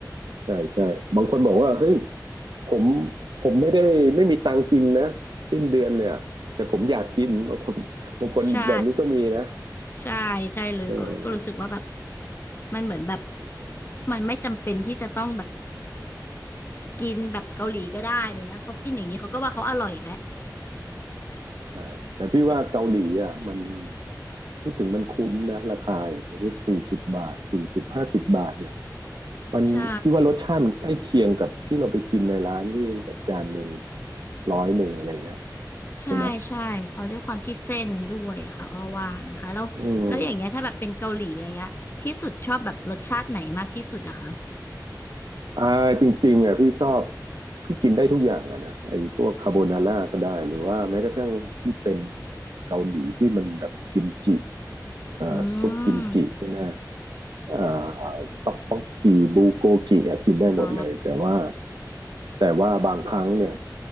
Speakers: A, on the right (about 85°); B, on the left (about 30°).
A: ใช่ใช่บางคนบอกว่าเฮ้ยผมผมไม่ได้ไม่มีตังค์กินนะสิ้นเดือนเนี่ยแต่ผมอยากกินบางคนบางคนแบบนี้ก็มีนะ
B: ใช่ใช่ใช่เลยเขาก็รู้สึกว่าแบบ
A: เออ
B: มันเหมือนแบบมันไม่จำเป็นที่จะต้องแบบกินแบบเกาหลีก็ได้อะไรเลยนะเขากินอย่างนี้เขาก็ว่าเขาอร่อยแล้ว
A: ใช่แต่พี่ว่าเกาหลีอ่ะมัน พูดถึงมันคุ้มนะราคายสมมติสี่สิบบาทสี่สิบห้าสิบบาทเนี่ยมันพี่ว่ารสชาติมันใกล้เคียงกับที่เราไปกินในร้านที่แบบจานหนึ่ง
B: ใช่
A: ร้อยหนึ่งอะไรเงี้ย
B: ใช่ใช่เพราะด้วยความที่เส้นด้วยอะค่ะอ้อว่านะคะแล้วแล้วอย่างเงี้ยถ้าแบบเป็นเกาหลีอย่างเงี้ยพี่สุดชอบแบบรสชาติไหนมากที่สุดอะคะ
A: ใช่ไหมอืมอ่าจริงๆอ่ะพี่ชอบพี่กินได้ทุกอย่างอ่ะนะไอ้พวกคาโบนาร่าก็ได้หรือว่าแม้กระทั่งที่เป็นเกาหลีที่มันแบบกิมจิเอ่อซุปกิมจิใช่ไหม
B: อืม
A: เอ่อต๊อกบกกีบูโกกิอะกินได้หมดเลยแต่ว่า
B: อ๋อ
A: แต่ว่าบางครั้งเนี่ย